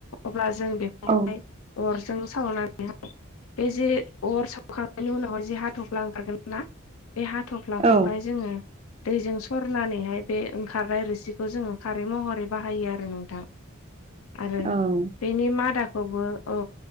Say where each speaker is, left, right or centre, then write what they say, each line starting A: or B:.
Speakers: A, on the left; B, on the right.
A: अब्ला जों बे
B: औ।
A: अरजों सावनानैहाय बे जे अर सावखांनायनि उनावहाय जे हाथ'फ्ला ओंखारगोन ना बे हाथ'फ्लाखौहाय
B: औ
A: जोंङो दैजों सरनानैहाय बे ओंखारनाय रोसिखौ जोंङो खारै महरै बाहायो आरो नोंथां आरो
B: औ
A: बेनि मादाखौबो औ